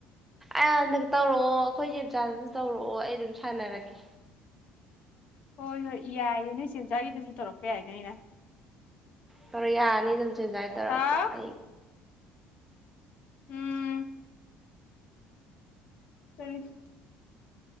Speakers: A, in the centre; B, on the left.
A: ꯑꯩ ꯍꯟꯗꯛ ꯇꯧꯔꯛꯑꯣ ꯑꯩꯈꯣꯏ ꯌꯟꯆꯥꯥꯗꯁꯨ ꯇꯧꯔꯛꯑꯣ ꯑꯩ ꯑꯗꯨꯝ ꯁꯥꯟꯅꯔꯛꯀꯦ
B: ꯍꯣꯏ ꯍꯣꯏ ꯌꯥꯏꯌꯦ ꯅꯣꯏ ꯁꯦꯟꯖꯥꯛꯒꯤꯗꯁꯨ ꯇꯧꯔꯛꯄ ꯌꯥꯏꯅꯦ ꯑꯩꯅ
A: ꯇꯧꯔ ꯌꯥꯔꯅꯤꯗ ꯍꯧꯁꯨꯖꯥꯏ ꯇꯧꯔꯛꯄ
B: ꯍꯥꯎ
A: ꯑꯩ
B: ꯎꯝ ꯎꯝ